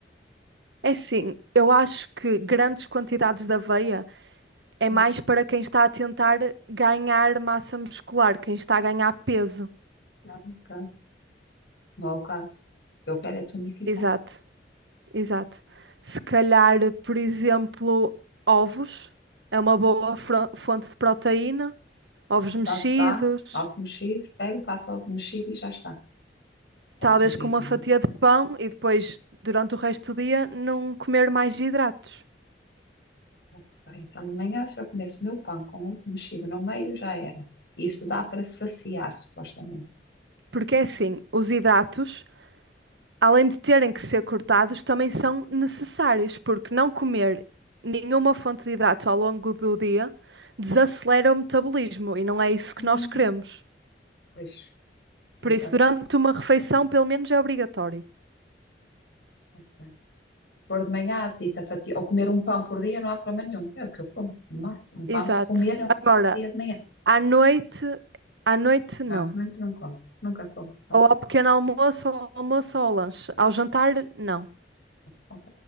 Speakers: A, on the right; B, on the left.
A: É sim, eu acho que grandes quantidades de aveia é
B: Hum,
A: mais para quem está a tentar ganhar massa muscular, quem está a ganhar peso.
B: Não, nunca. Não é o caso. Eu quero é tonificar.
A: Exato. Exato. Se calhar, por exemplo, ovos é uma boa fro- fonte de proteína, ovos mexidos,
B: Pronto, dá ovo mexido, pego, faço ovo mexido e já está. Ou
A: talvez
B: cozido,
A: com uma fatia
B: não é?
A: de pão e depois, durante o resto do dia, não comer mais hidratos.
B: Ok. Então, de manhã, se eu comesse meu pão com ovo mexido no meio, já era. Isso dá para saciar, supostamente.
A: Porque é assim, os hidratos, além de terem que ser cortados, também são necessários, porque não comer nenhuma fonte de hidrato ao longo do dia desacelera o metabolismo e não é isso que
B: Hum,
A: nós queremos.
B: Pois,
A: Por
B: exato.
A: isso, durante uma refeição, pelo menos é obrigatório.
B: Ok. Pôr de manhã a dita fatia, ou comer um pão por dia, não há problema nenhum. É o que eu como, no máximo. Um pão,
A: Exato.
B: se comer, é um
A: Agora,
B: dia de manhã.
A: à noite, à noite não.
B: Não, muito não como. Nunca como. Não,
A: Ou ao pequeno almoço, ou ao almoço, ou ao lanche. Ao jantar, não.
B: Ok.